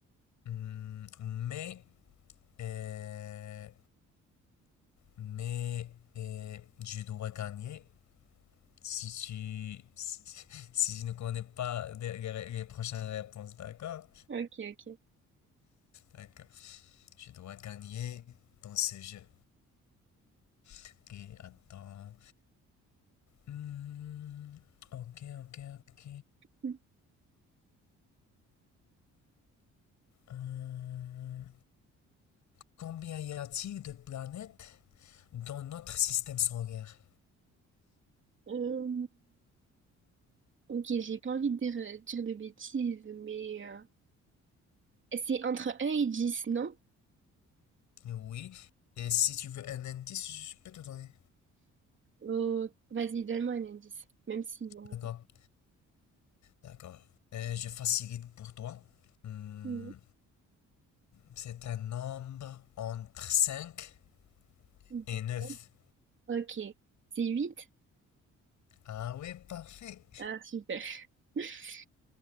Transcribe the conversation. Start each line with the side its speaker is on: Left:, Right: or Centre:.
Left: Hum, mais, euh, mais euh, je dois gagner si tu si si je ne connais pas les, les- les prochaines réponses, d'accord?
Right: Ok, ok.
Left: D'accord. Je dois gagner dans ce jeu. Ok, attends. Hmm, ok, ok, ok.
Right: ok.
Left: Euh, combien y a-t-il de planètes dans notre système solaire?
Right: Euh, Ok, j'ai pas envie de dire, euh, dire de bêtises, mais euh, c'est entre un et dix, non?
Left: Oui. Et si tu veux un indice, je peux te donner.
Right: Oh, vas-y, donne-moi un indice, même si... bon,
Left: D'accord, d'accord. Euh, je facilite pour toi. Hmm,
Right: mhm,
Left: c'est un nombre entre 5
Right: mhm.
Left: et neuf
Right: Ok, c'est 8.
Left: Ah ouais, parfait.
Right: Ah, super. <laughs>